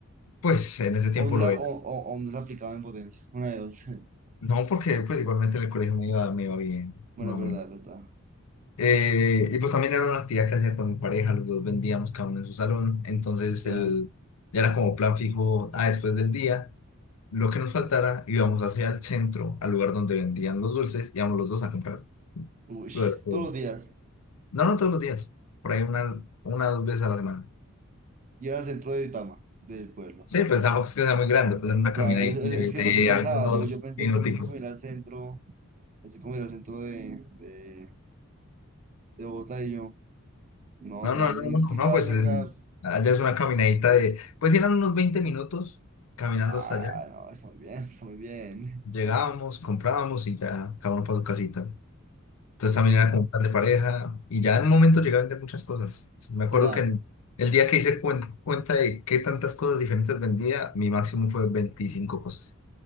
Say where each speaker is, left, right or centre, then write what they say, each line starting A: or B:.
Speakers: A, on the left (about 75°); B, on the right (about 35°).
A: Pues en ese tiempo
B: O un, desa-
A: lo era.
B: o, o- o un desaplicado en potencia. Una de dos. <laughs>
A: No, porque pues igualmente en el colegio me iba, me iba bien.
B: Bueno,
A: No,
B: es verdad,
A: me-
B: es verdad.
A: Eh, y pues también era una actividad que hacía con mi pareja, los dos vendíamos cada uno en su salón. Entonces
B: Ya.
A: el, ya era como plan fijo, ah, después del día, lo que nos faltara, íbamos hacia el centro, al lugar donde vendían los dulces, íbamos los dos a comprar
B: Uy,
A: lo de la escuela.
B: todos los días.
A: No, no todos los días, por ahí una, una o dos veces a la semana.
B: Iba al centro de Duitama, del pueblo.
A: Sí, pues tampoco es que sea muy grande, pues en una
B: Ya,
A: caminadita
B: es, es-
A: le metí
B: es que por eso pensaba.
A: algunos
B: Yo, yo pensé,
A: minuticos.
B: yo pensé como ir al centro. Pensé como ir al centro de, de, de Bogotá y yo. No,
A: No,
B: será
A: no,
B: muy.
A: no, no,
B: Y
A: no,
B: claro,
A: pues
B: son
A: eh,
B: cada-
A: allá es una caminadita de, pues eran unos 20 minutos caminando
B: Ah,
A: hasta allá.
B: no, está muy bien, está muy bien.
A: Llegábamos, comprábamos y ya cada uno para su casita. Entonces
B: Ok,
A: también era como un plan de pareja y ya en un momento llegué a vender muchas cosas. Sí, Me acuerdo
B: ya.
A: que en- el día que hice cuen- cuenta de qué tantas cosas diferentes vendía, mi máximo fue veinticinco cosas.